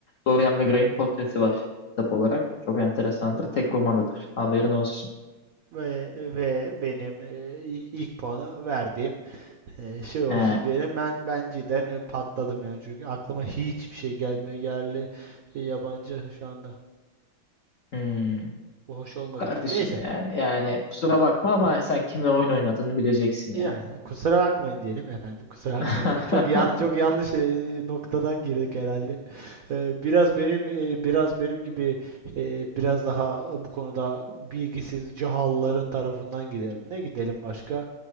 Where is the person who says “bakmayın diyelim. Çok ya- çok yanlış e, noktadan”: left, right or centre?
Right